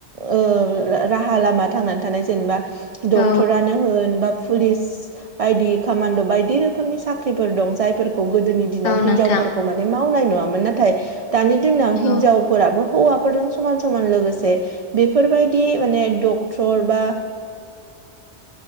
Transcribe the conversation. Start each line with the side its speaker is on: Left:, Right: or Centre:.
Right: ओ राहा लामा थांनानै थानाय जेनेबा
Left: औ
Right: डक्टरानो बा पुलिस बायदि कामान्ड' बायदि रोखोमनि साख्रिफोर दं जायफोरखौ गोदोनि दिनाव
Left: औ
Right: हिनजावफोरखौ
Left: नोंथां
Right: माने मावनाय नुवामोन नाथाय दानि दिनाव हिनजाव
Left: औ
Right: फोराबो हौवाफोरजों समान समान लोगोसे बेफोरबायदि माने डक्टर बा